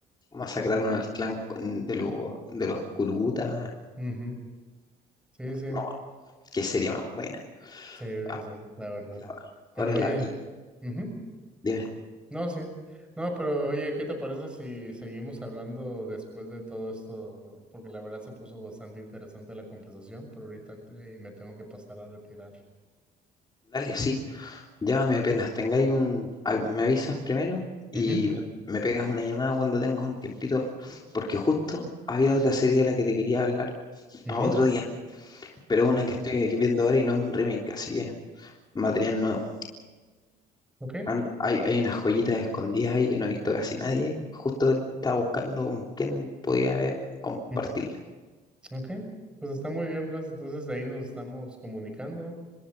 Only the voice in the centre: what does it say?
Ujú,
ujú. Sí, sí.
Sí,
sí, sí, la verdad.
Pero
oye,
ujú,
No, sí. No, pero oye, ¿qué te parece si seguimos hablando después de todo esto? Porque la verdad se puso bastante interesante la conversación, pero ahorita eh, me tengo que pasar a retirar.
Ujú,
ujú,
Ok,
ok,
mm, ok. Pues está muy bien, Blas. Entonces ahí nos estamos comunicando.